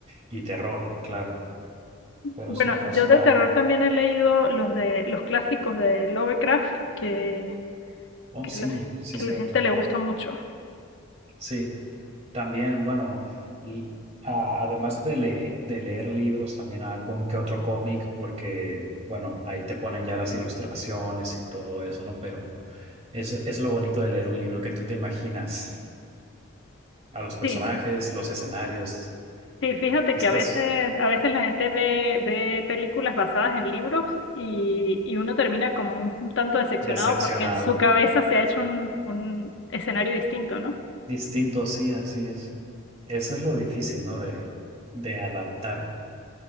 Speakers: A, on the right; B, on the left.
A: y terror, claro. Pero
B: Bueno,
A: sí me fascina.
B: yo de terror también he leído los de los clásicos de Lovecraft que,
A: Oh,
B: que
A: sí,
B: la,
A: sí,
B: que
A: cierto.
B: la gente le gusta mucho.
A: Sí, también, bueno, l- a- además de, le- de leer libros, también algún que otro cómic, porque, bueno, ahí te ponen ya las ilustraciones y todo eso, ¿no? Pero es, es lo bonito de leer un libro que tú te imaginas a los personajes,
B: Sí,
A: los escenarios.
B: sí, fíjate que
A: Estás
B: a veces, a veces la gente ve, ve películas basadas en libros y, y uno termina como un, un tanto decepcionado
A: Decepcionado.
B: porque en su cabeza se ha hecho un, un escenario distinto, ¿no?
A: Distinto, sí, así es. Eso es lo difícil, ¿no? De, de adaptar